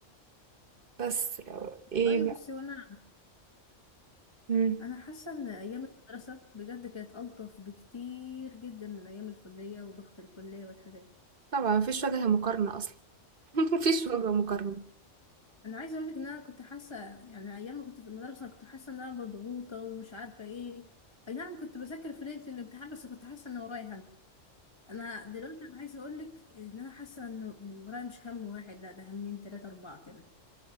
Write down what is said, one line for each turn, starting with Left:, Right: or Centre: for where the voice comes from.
Right: بس ايه
Left: طيب
Right: بقى
Left: بصي وانا
Right: مم.
Left: انا حاسه ان ايام المدرسه بجد كانت الطف بكتير جدا من ايام الكليه وضغط الكليه والحاجات دي
Right: طبعا مفيش وجه مقارنة أصلا <laughs> مفيش وجه مقارنة
Left: انا عايزه اقول لك ان انا كنت حاسه يعني ايام ما كنت في المدرسه انا كنت حاسه ان انا مضغوطه ومش عارفه ايه اي نعم كنت بذاكر في ليله الامتحان بس كنت حاسه ان ورايا هم انا دلوقتي انا عايزه اقول لك ان انا حاسه ان ورايا مش هم واحد لا ده همين ثلاثه اربعه كمان